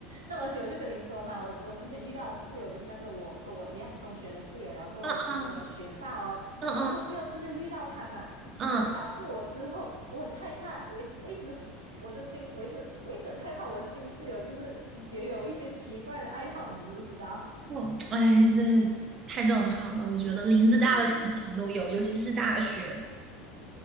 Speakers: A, on the right; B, on the right.
A: 那而且我就跟你说嘛，我我之前遇到的室友就是那个我跟我一样中学的室友，然后够那个学霸哦，
B: <laughs> 嗯嗯
A: 然后够第二次就遇到他嘛，
B: 嗯嗯，
A: 那就导致我之后我很害怕，我一我一直我的新我一直我一直很害怕我的新室友就是也有一些奇怪的爱好，你知不知道？
B: 我哎，这太正常了。我觉得林子大了什么鸟都有，
A: <laughs> 对，
B: 尤其是大学，